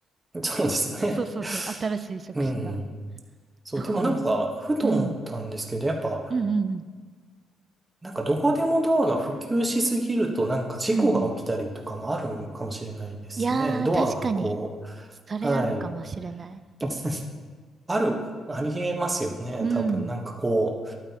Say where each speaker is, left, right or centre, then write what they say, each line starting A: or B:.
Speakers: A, on the right; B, on the right.
A: そうですね。
B: <laughs> そうそうそう。新しい職種が。
A: うん。そう、
B: だから、
A: でもなんか、
B: うん。
A: ふと思ったんですけど、
B: うん
A: やっぱ、
B: うんうん。
A: なんか、どこでもドアが普及しすぎると、なんか、事故が起きたりとかもあるかもしれないですね。
B: うんうん。いやー、
A: ドアがこ
B: 確かに。それあるかもしれない。
A: う、はい。<laughs> ある、ありえますよね。
B: うん。
A: 多分、なんかこう、